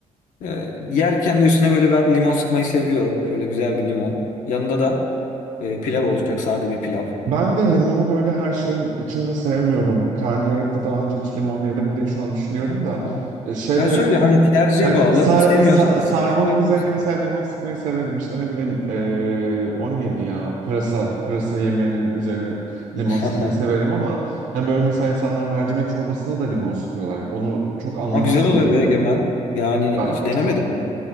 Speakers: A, on the left; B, on the right.
A: ee, yerken de üstüne böyle ben limon sıkmayı seviyorum. Şöyle güzel bir limon. Yanında da e, pilav olacak. Sade bir pilav.
B: Ben de limonu böyle her şeyin içinde sevmiyorum. Karnıyarıkta daha önce hiç limon yedim mi diye şu an düşünüyorum da.
A: Ha.
B: E, Şeyde
A: Ya söyle hani tercihe
B: ay,
A: bağlı.
B: sar-
A: Sevmiyorsan
B: e, sa- sarmanın
A: sıkmayabilirsin.
B: üzerine mesela limon sıkmayı severim işte ne bileyim e, o neydi ya pırasa pırasa yemeğinin üzerine limon
A: <laughs>
B: sıkmayı severim ama hani böyle mesela insanlar mercimek çorbasına da limon sıkıyorlar onu çok anlamsız
A: Ama güzel oluyor
B: buluyorum
A: be Egemen. Yani
B: ben
A: hiç denemedim ben.